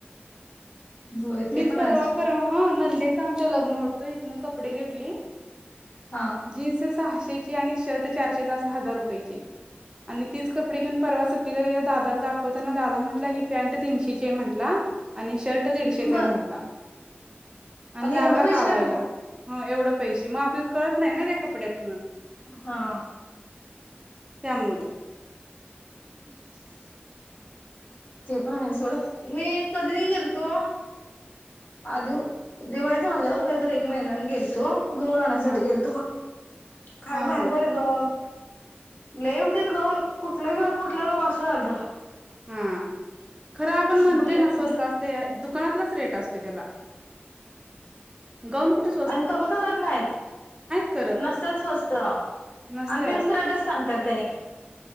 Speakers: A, on the right; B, on the left.
A: <inaudible>
B: होय ते
A: मीच
B: पण आहे
A: परवा
B: सोड
A: परवा ह नंदेच आमच्या लग्न होतं इथन कपडे घेतले.
B: हा
A: जीन्स सहाशेची आणि शर्ट चारशेचाहा हजार रुपयची. आणि तीच कपडे घेन परवा सुट्टीला गेवर दादाला दाखवताना दादा म्हट ही पॅ्ट तीनशेची आहे म्हटला. आणि शर्ट दीडशेचा
B: बर
A: आहे म्हटला आणि लागला
B: एवढे पैसे
A: कावायला.
B: लागले
A: ह एवढं पैसे मग आपल्याला कळत नाही ना त्या कपड्यातन,
B: हा
A: त्यामुळं
B: <unintelligible> ते पण आहे सोडं मी कधी गेलतो. आ दिवाळी झा झाल्यावर कायत एक महिन्याने गेल तू दोन आणाण्यासाठी
A: हा
B: गेल तू फक्त काय
A: हा
B: बाहेर
A: हा
B: बर ग. ललेवते गऊन कुठलं घेऊन कुठलं लोक असं चालतं.
A: हा खरं आपण म्हणतोय
B: भुल्या
A: ना स्वस्तात <unintelligible>
B: आणि कमी करत नाहीत
A: करत
B: नसतच स्वस्त-
A: नसत्यात
B: अनफिक्स् रेटच सांगतात त्यांनी